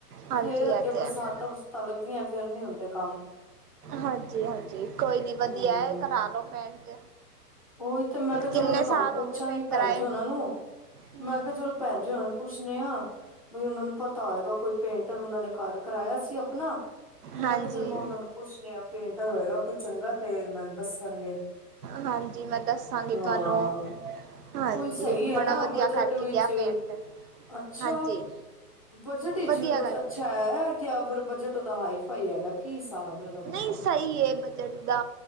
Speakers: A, on the right; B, on the left.
A: ਹਾਂਜੀ
B: ਫੇਰ ਅੱਗੇ
A: ਇਹ ਤੇ
B: ਬਰਸਾਤਾਂ
A: ਹੈ।
B: ਬਰਸਤਾਂ ਲੱਗਦੀਆਂ ਫੇਰ ਨੀ ਹੁੰਦੇ ਕੰਮ
A: ਹਾਂਜੀ ਜੀ ਹਾਂਜੀ ਕੋਈ ਨੀ ਵਧੀਆ
B: ਹਮ
A: ਹੈ ਕਰਾ ਲੋ ਪੈਂਟ
B: ਉਹੀ ਤੇ ਮੈਂ ਕਿਹਾ
A: ਕਿੰਨੇ
B: ਚਲੋ ਮੈਂ
A: ਸਾਲ
B: ਤੁਹਾਨੂੰ ਪੁੱਛਾਂਗੀ
A: ਹੋ ਗਏ ਪੇਂਟ ਕਰਾਏ?
B: ਭੈਣ ਜੀ ਉਹਨਾਂ ਨੂੰ
A: ਹੂੰ,
B: ਮੈਂ ਕਿਹਾ ਚਲੋ ਭੈਣ ਜੀ ਉਹਨਾਂ ਨੂੰ ਪੁੱਛਣੇ ਆ ਵੀ ਉਹਨਾਂ ਨੂੰ ਪਤਾ ਹੈਗਾ ਕੋਈ ਪੇਂਟਰ ਉਹਨਾਂ ਨੇ ਘਰ ਕਰਾਇਆ ਸੀ ਆਪਣਾ ਤੇ ਮੈਂ
A: ਹਾਂਜੀ।
B: ਕਿਹਾ ਚਲੋ ਮੈਂ ਉਹ ਨੂੰ ਪੁੱਛਣੀ ਆ ਪੇਂਟ ਹੋਏਗਾ ਕੋਈ ਚੰਗਾ ਤੇ ਮੈਨੂੰ ਦੱਸਣਗੇ
A: ਹਾਂਜੀ, ਮੈਂ ਦੱਸਾਂਗੀ
B: ਹਾਂ
A: ਤੁਹਾਨੂੰ ਹਾਂਜੀ,
B: ਕੋਈ ਸਹੀ ਹੈ
A: ਬੜਾ
B: ਨਾ
A: ਵਧੀਆ
B: ਬਜਟ
A: ਕਰਕੇ
B: ਵਿੱਚ
A: ਗਿਆ ਪੇਂਟ।
B: ਅੱਛਾ
A: ਹਾਂਜੀ,
B: ਬਜਟ ਵਿੱਚ
A: ਵਧੀਆ
B: ਵੀ ਕੁੱਝ
A: ਕਰਕੇ
B: ਅੱਛਾ
A: ਗਿਆ।
B: ਹੈ ਕਿ ਫਿਰ ਬਜਟ ਉਹਦਾ ਹਾਈਫਾਈ ਹੈਗਾ ਕੀ ਹਿਸਾਬ ਹੈ ਉਹਦਾ
A: ਨਹੀਂ
B: ਮਤਲਬ
A: ਸਹੀ ਬਜਟ ਦਾ